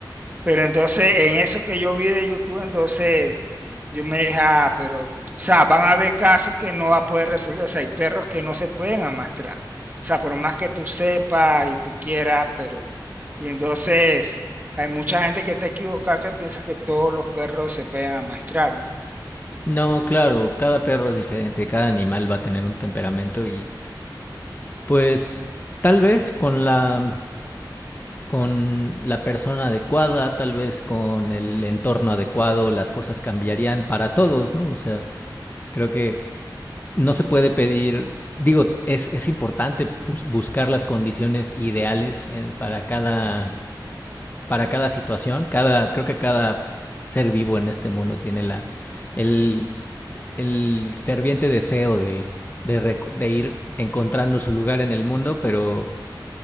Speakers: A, on the right; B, on the left.
A: pero entonces, en eso que yo vi de YouTube, entonces yo me dije, ah, pero, o sea, van a haber casos que no va a poder resolver. O sea, hay perros que no se pueden amastrar. O sea, por más que tú sepas y tú quieras, pero. Y entonces, hay mucha gente que está equivocada que piensa que todos los perros se pueden amastrar, ¿no?
B: No, claro, cada perro es diferente, cada animal va a tener un temperamento y pues tal vez con la mm, con la persona adecuada, tal vez con el entorno adecuado, las cosas cambiarían para todos, ¿no? O sea, creo que no se puede pedir, digo, es es importante bus- buscar las condiciones ideales en- para cada para cada situación, cada, creo que cada ser vivo en este mundo tiene la, el, el ferviente deseo de, de, rec- de ir encontrando su lugar en el mundo, pero